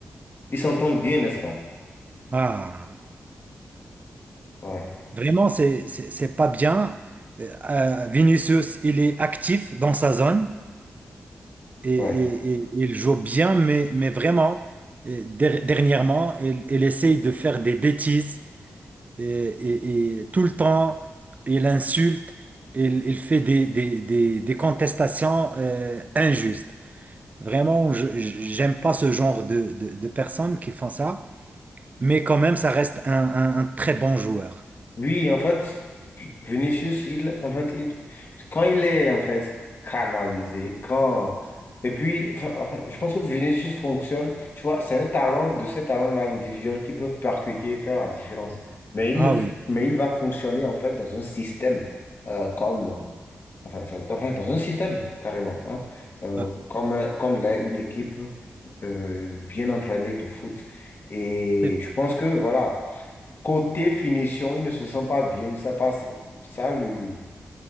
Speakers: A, on the left; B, on the right.
A: ils s'entendent bien, n'est-ce pas?
B: Ah,
A: Ouais,
B: vraiment, c'est c'est c'est pas bien. Euh, euh, Vinicius, il est actif dans sa zone et, et-
A: ouais.
B: et- il joue bien, mais mais vraiment, euh, der- dernièrement, il, il essaye de faire des bêtises et, et- et tout le temps, il insulte, il, il fait des, des- des- des contestations euh, injustes. Vraiment, je- je- j'aime pas ce genre de, de- de personnes qui font ça, mais quand même, ça reste un, un- un très bon joueur.
A: lui en fait, Vinicius, il, en fait, il- quand il est en fait canalisé, quand et puis, enfin, enfin, je pense que Vinicius fonctionne. Tu vois, c'est un talent de ces talents-là individuels qui peuvent percuter et faire la différence. Mais il
B: Ah
A: ne, f-
B: oui,
A: mais il va fonctionner en fait dans un système euh, comme, enfin, ça- enfin, dans un système carrément, hein, euh,
B: ah,
A: comme un- comme l'est une équipe euh, bien entraînée de foot. Et
B: c'est vrai.
A: je pense que voilà. Côté finition, il ne se sent pas bien. Ça passe, ça lui,